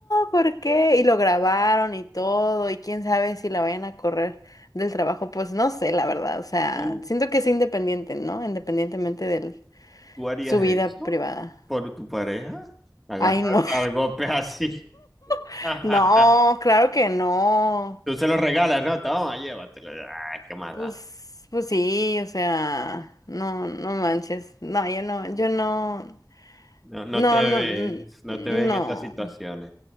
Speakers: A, on the left (about 55°); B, in the centre.
A: ¿por qué? Y lo grabaron y todo, y quién sabe si la vayan a correr del trabajo, pues no sé, la verdad, o sea,
B: ¿Tú,
A: siento que es independiente, ¿no? Independientemente de
B: tú harías
A: su vida
B: eso
A: privada.
B: por tu pareja? Agarrar
A: Ay, no,
B: al golpe así.
A: <laughs>
B: <laughs>
A: no, claro que no.
B: Tú se lo regalas, ¿no? Toma, llévatelo. Ah, qué maldad.
A: Pues, pues sí, o sea, no, no manches. No, yo no, yo no,
B: No, no
A: no,
B: te ves,
A: no, n-
B: no
A: no,
B: te ves en esas situaciones.